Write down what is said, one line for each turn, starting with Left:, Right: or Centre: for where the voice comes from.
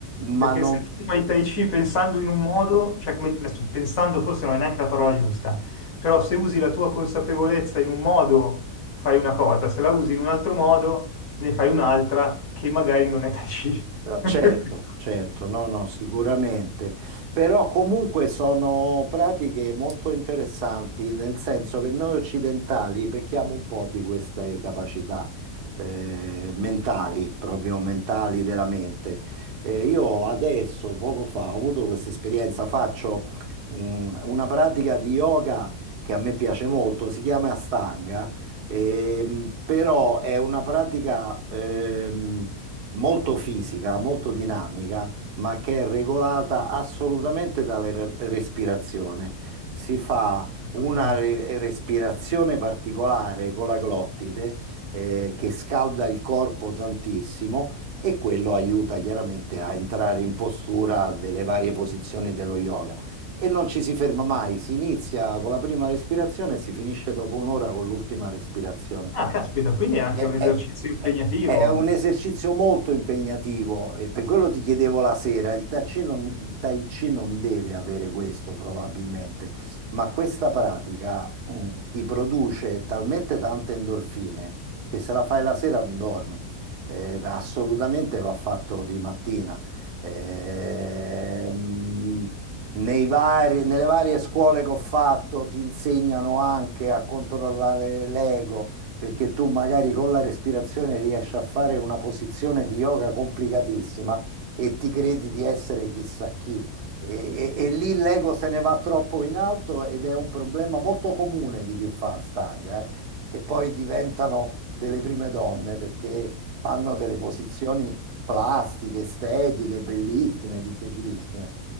Left: Perché
Right: ma non...
Left: se tu fai Tai Chi pensando in un modo, cioè come, adesso pensando forse non è neanche la parola giusta, però se usi la tua consapevolezza in un modo fai una cosa, se la usi in un altro modo ne fai un'altra che magari non è Tai Chi.
Right: Eh,
Left: <laughs>
Right: Certo, certo, no, no, sicuramente, però comunque sono pratiche molto interessanti, nel senso che noi occidentali pecchiamo un po' di queste capacità eh, mentali, proprio mentali della mente. Eh, io adesso, poco fa, ho avuto questa esperienza, faccio mh, una pratica di yoga che a me piace molto, si chiama Astanga, ehm, però è una pratica... ehm, molto fisica, molto dinamica, ma che è regolata assolutamente dalla re- respirazione. Si fa una
Left: Ok.
Right: re- respirazione particolare con la glottide, eh, che scalda il corpo tantissimo e quello aiuta chiaramente a entrare in postura delle varie posizioni dello yoga. E non ci si ferma mai, si inizia con la prima respirazione e si finisce dopo un'ora con l'ultima respirazione.
Left: Ah, caspita, quindi è anche
Right: È,
Left: un esercizio
Right: è-
Left: impegnativo.
Right: è un esercizio molto impegnativo e per quello ti chiedevo la sera, il Tai Chi non, il Tai Chi non deve avere questo probabilmente, ma questa pratica mh, ti produce talmente tante endorfine che se la fai la sera non dormi, Eh, assolutamente va fatto di mattina. Ehm, nei vari- nelle varie scuole che ho fatto ti insegnano anche a controllare l'ego perché tu magari con la respirazione riesci a fare una posizione di yoga complicatissima e ti credi di essere chissà chi. E, e- e lì l'ego se ne va troppo in alto ed è un problema molto comune di chi fa stanga, eh, che poi diventano delle prime donne perché fanno delle posizioni plastiche, estetiche, bellissime, difficilissime.